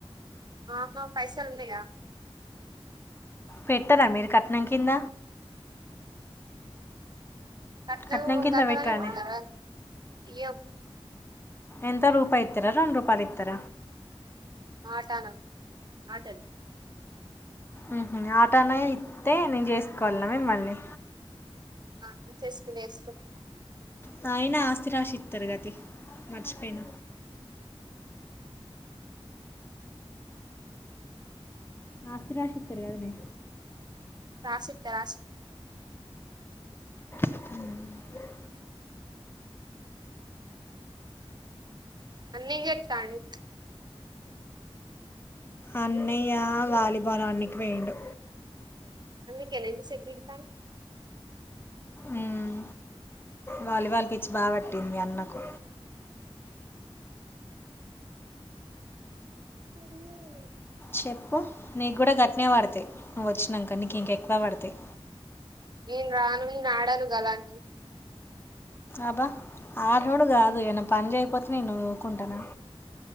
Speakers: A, on the right; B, on the left.
A: ఆహా పైసలున్నాయ
B: పెట్టరా మీరు కట్నం కింద
A: చక్కగ
B: కట్నం
A: ఒగ్గంట
B: కింద పెట్టరానే
A: గానే ఊపుతార అయ్యో
B: ఎంత రూపాయిత్తరా రెండ్ రూపాలిత్తర
A: ఆటన ఆట ఇది
B: ఉహు ఆటనే ఇత్తె నేను చేసుకోవాల్నా మిమ్మల్ని
A: ఆ అక్క చేసుకొనే <inaudible>
B: పైన ఆస్తి రాసిత్తారు కది మర్చిపోయిన ఆస్తి రాసి ఇస్తారు కదనే
A: రాసి తరాస్
B: హు
A: మళ్ళీ చెప్తా నిక్
B: అన్నయా వాలిబాల్ ఆన్నికి పోయిండు
A: అందుకేనా ఇంత సేపు దిగుతాని
B: మ్మ్. వాలీబాల్ పిచ్చి బాపట్టింది మీ అన్నకు
A: సరి
B: చెప్పు నీక్కూడా గట్నే వడతాయి నువ్ వచ్చినాక నీకు ఇంకెక్కువ పడతాయి
A: నేను రాను నేనాడను గలాంటివి
B: అబ్బా ఆర్రోలు కాదు ఏన్న పని చేయపోతే నేను ఊకుంటానా